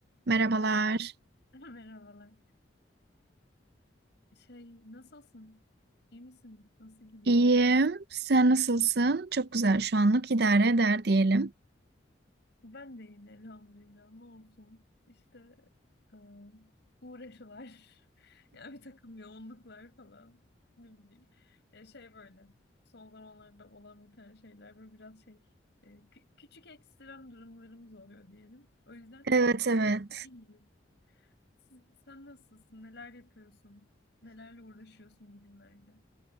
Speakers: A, on the right; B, on the left.
A: Merhabalar.
B: Merhabalar. <laughs> Merhabalar. Ee, şey nasılsın? İyi misin? Nasıl gidiyor?
A: İyiyim.
B: hayat?
A: Sen nasılsın? Çok güzel. Şu anlık idare eder diyelim.
B: Ben de iyiyim elhamdülillah. Ne olsun? İşte e, uğraşılar. <laughs> Yani bir takım yoğunluklar falan. Ne bileyim. Ya şey böyle. Son zamanlarda olan bir tane şeyler böyle biraz şey. e, kü- küçük ekstrem durumlarımız oluyor diyelim. O yüzden
A: Evet,
B: ama
A: evet.
B: yine de iyiyiz. Siz- Sen nasılsın? Neler yapıyorsun? Nelerle uğraşıyorsun bugünlerde?